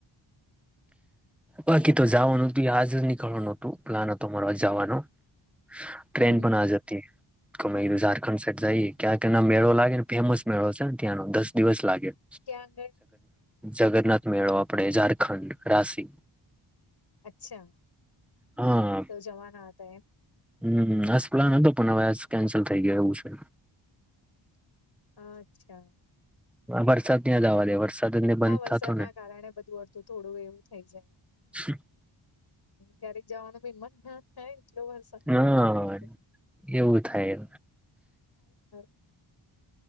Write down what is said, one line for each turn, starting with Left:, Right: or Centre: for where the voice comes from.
Centre: બાકી તો જવાનું હતું આજ નીકળવાનું હતું પ્લાન હતો મારો જવાનો ટ્રેન
Left: હમ
Centre: પણ આજ અતી. તોમે ઝારખંડ સાઈડ જઈએ ક્યાંક એના મેળો લાગે ને ફેમસ મેળો છે ને ત્યાંનો દસ દિવસ લાગે
Left: કયાં આગળ
Centre: જગન્નાથ મેળો આપડે ઝારખંડ રાશી
Left: અચ્છા
Centre: હા
Left: તું જવાનો હતો એમ
Centre: હમ હસ પ્લાન હતો પણ હવે આ કેન્સલ થઈ ગયો એવું છે.
Left: અચ્છા
Centre: વરસાદ કયાં જાવા દે વરસાદ જ ને બંધ
Left: આ વરસાદ
Centre: થતો ને
Left: ના કારણે બધું અડથું થોડું એવું થઈ જાય
Centre: <inaudible>
Left: ક્યારેક જવાનું ભી મન ના થાય એટલો વર્ સાદ
Centre: હા
Left: પડતો હોય ને એટલે
Centre: એવું થાય
Left: <unintelligible>